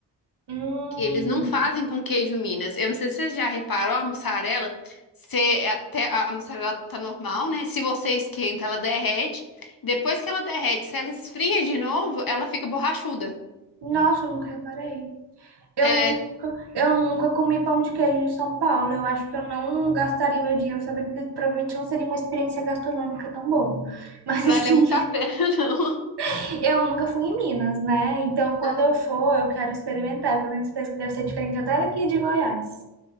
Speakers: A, on the right; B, on the left.
A: Hum,
B: que eles não fazem com queijo Minas. Eu não sei se você já reparou, a mussarela, você, é, até a mussarela tá normal, né? Se você esquenta, ela derrete. Depois que ela derrete, se ela esfria de novo, ela fica borrachuda.
A: nossa, eu nunca reparei. Eu
B: É,
A: nunca, eu nunca comi pão de queijo em São Paulo. Eu acho que eu não gastaria meu dinheiro sabendo que provavelmente não seria uma experiência gastronômica tão boa. Mas
B: Vale
A: assim,
B: muito a pena, <laughs> não.
A: <laughs> eu nunca fui em Minas, né? Então, quando
B: Aham.
A: eu for, eu quero experimentar. porque Eu tenho certeza que deve ser diferente até daqui de Goiás.